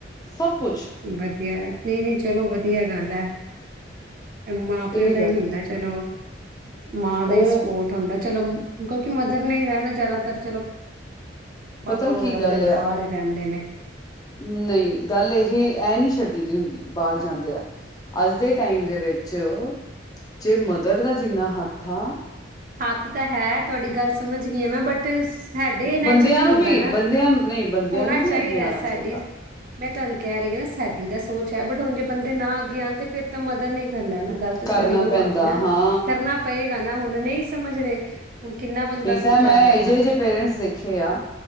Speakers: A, on the left; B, on the right.
A: ਸਭ ਕੁਛ
B: ਵਧੀਆ ਨਹੀਂ-ਨਹੀਂ, ਚਲੋ ਵਧੀਆ ਗੱਲ ਏ। ਮਾਂ ਪਿਓ
A: ਇਹ
B: ਦਾ
A: ਗੱਲ
B: ਹੀ ਹੁੰਦਾ ਚਲੋ, ਮਾਂ ਦਾ
A: ਉਹ
B: ਹੀ ਸਪੋਰਟ ਹੁੰਦਾ ਚਲੋ ਕਿਉਂਕਿ ਮਦਰ ਨੇ ਹੀ ਰਹਿਨਾ ਜਿਆਦਾਤਰ ਚਲੋ ਪਾਪਾ
A: ਪਤਾ
B: ਵਗੈਰਾ
A: ਕੀ ਗੱਲ
B: ਤਾਂ ਚਲੋ
A: ਆ
B: ਬਾਹਰ ਹੀ ਰਹਿੰਦੇ ਨੇ।
A: ਨਹੀਂ ਗੱਲ ਇਹ ਇਹ ਨੀ ਛੱਡੀ ਦੀ ਹੁੰਦੀ, ਬਾਹਰ ਜਾਂਦੇ ਆ ਅੱਜ ਦੇ ਟਾਈਮ ਦੇ ਵਿੱਚ ਜੇ ਮਦਰ ਦਾ ਜਿੰਨਾ ਹੱਥ ਆ
B: ਹੱਥ ਤਾਂ ਹੈ, ਤੁਹਾਡੀ ਗੱਲ ਸਮਝ ਥੀਮ ਹੈ ਬਟ, ਸਾਡੇ ਇਹਨਾਂ
A: ਬੰਦਿਆਂ
B: ਚ ਨਹੀਂ
A: ਨੂੰ
B: ਹੁੰਦਾ
A: ਵੀ
B: ਨਾ।
A: ਬੰਦਿਆਂ ਨਹੀਂ, ਬੰਦਿਆਂ
B: ਹੋਣਾ
A: ਨੂੰ
B: ਚਾਹੀਦਾ
A: ਵੀ ਅੱਗੇ ਆਣਾ
B: ਸਾਡੀ
A: ਚਾਹੀਦਾ।
B: ਮੈਂ ਤੁਹਾਨੂੰ ਕਹਿ ਰਹੀ ਹਾਂ ਨਾ ਸਾਡੀ ਦਾ, ਸੋਚ ਹੈ ਬਟ ਹੁਣ ਜੇ ਬੰਦੇ ਨਾ ਅੱਗੇ ਆਣ ਤੇ ਫਿਰ ਤਾਂ ਮਦਰ ਨੀ ਕਰਨਾ ਨਾ ਗਲਤ
A: ਕਰਨਾ
B: ਸਾਰੀ ਉਹ
A: ਪੈਂਦਾ
B: ਆ ਗਈ ਨਾ
A: ਹਾਂ
B: ਕਰਨਾ ਪਏਗਾ ਨਾ ਹੁਣ ਨਹੀਂ ਸਮਝ ਰਹੇ ਹੁਣ ਕਿੰਨਾ ਬੰਦਾ
A: ਠੀਕ ਤਾਂ
B: ਸਮਝਾ
A: ਮੈਂ
B: ਲਏਗਾ
A: ਇਹਏ ਜਿਹੇ ਜ ਜਿਹੇ ਪੇਰੈਂਟਸ ਦੇਖੇ ਆ